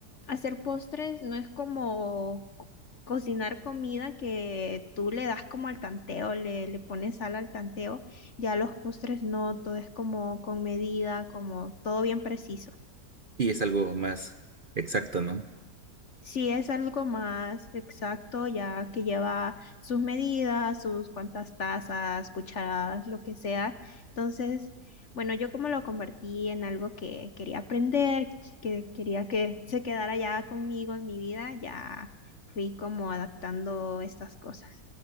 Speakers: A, on the left (about 50°); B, on the right (about 40°).
A: Hacer postres no es como co- cocinar comida que tú le das como al tanteo, le, le pones sal al tanteo. Ya los postres no, todo es como con medida, como todo bien preciso.
B: Y es algo más exacto, ¿no?
A: si es algo más exacto, ya que lleva sus medidas, sus cuantas tazas, cucharadas, lo que sea. Entonces, bueno, yo como lo convertí en algo que quería aprender, que quería que se quedara ya conmigo en mi vida, ya fui como adaptando estas cosas.